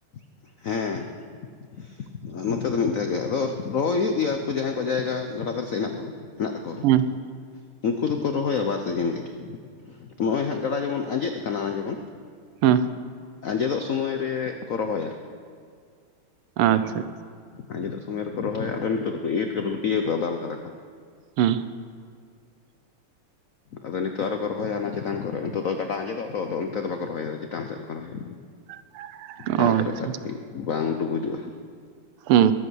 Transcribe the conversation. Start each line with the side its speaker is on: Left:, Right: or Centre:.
Left: ᱦᱮ᱾
Right: <inaudible>
Left: ᱱᱚᱛᱮ ᱫᱚ ᱢᱤᱫ ᱫᱷᱟᱣ ᱜᱮ ᱟᱫᱚ ᱨᱚᱦᱚᱭ ᱦᱩᱭᱩᱜ ᱜᱮᱭᱟ ᱡᱟᱦᱟᱸᱭ ᱠᱚᱣᱟᱜ ᱡᱟᱭᱜᱟ ᱜᱟᱰᱟ ᱫᱷᱟᱨᱮ ᱥᱮ ᱦᱮᱱᱟᱜ ᱠᱚᱣᱟ ᱦᱮᱱᱟᱜ ᱛᱟᱠᱚᱣᱟ᱾
Right: <unintelligible>
Left: ᱩᱱᱠᱩ ᱫᱚᱠᱚ ᱨᱚᱦᱚᱭᱟ ᱵᱟᱨ ᱥᱤᱡᱤᱱ ᱜᱮ ᱱᱚᱜ-ᱚᱭ ᱦᱟᱜ ᱜᱟᱰᱟ ᱡᱮᱢᱚᱱ ᱟᱸᱡᱮᱫ ᱠᱟᱱᱟ ᱡᱮᱢᱚᱱ
Right: ᱦᱮ
Left: ᱟᱸᱡᱮᱫᱚᱜ ᱥᱚᱢᱚᱭ ᱨᱮ ᱠᱚ ᱨᱚᱦᱚᱭᱟ᱾
Right: ᱟᱪᱪᱷ ᱟᱪᱪᱷᱟ᱾
Left: ᱟᱸᱡᱮᱫᱚᱜ ᱥᱚᱢᱚᱭ ᱨᱮᱠᱚ ᱨᱚᱦᱚᱭᱟ ᱟᱫᱚ ᱱᱤᱛᱚᱜ ᱫᱚᱠᱚ ᱤᱨ ᱠᱟᱫᱟ ᱜᱩᱹᱴᱭᱟᱹᱣ ᱠᱟᱫᱟ ᱫᱟᱞ ᱠᱟᱫᱟ ᱠᱚ᱾
Right: ᱦᱩ,
Left: ᱟᱫᱚ ᱱᱤᱛᱚᱜ ᱟᱨᱚᱠᱚ ᱨᱚᱦᱚᱭᱟ ᱚᱱᱟ ᱪᱮᱛᱟᱱ ᱠᱚᱨᱮ ᱱᱤᱛᱚᱜ ᱫᱚ ᱜᱟᱰᱟ ᱟᱸᱡᱮᱫᱚᱜ-ᱟᱛᱚ ᱟᱫᱚ ᱚᱱᱛᱮ ᱫᱚ ᱵᱟᱠᱚ ᱨᱚᱦᱚᱭᱟ ᱪᱮᱛᱟᱱ ᱥᱮᱫ ᱨᱮᱠᱚ ᱨᱚᱦᱚᱭᱟ᱾
Right: <unintelligible>
Left: ᱡᱟᱦᱟᱸ
Right: ᱚ ᱟᱪᱪᱷᱟ
Left: ᱠᱚᱨᱮ ᱟᱨᱠᱤ ᱵᱟᱝ ᱰᱩᱵᱩᱡᱚᱜ-ᱟ᱾
Right: ᱦᱮᱸ